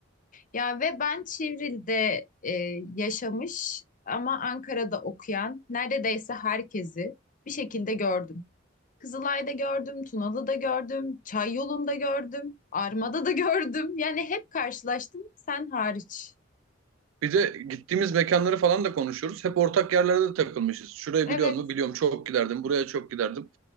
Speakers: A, on the left; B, on the right.
A: Ya ve ben Çivril'de e, yaşamış ama Ankara'da okuyan neredeyse herkesi bir şekilde gördüm. Kızılay'da gördüm, Tunalı'da gördüm, Çayyolu'nda gördüm, Arma'da da gördüm. Yani hep karşılaştım sen hariç.
B: Bir de gittiğimiz mekanları falan da konuşuyoruz. Hep ortak yerlerde de takılmışız. Şurayı
A: Evet,
B: biliyor musun? Biliyorum çok giderdim. Buraya çok giderdim.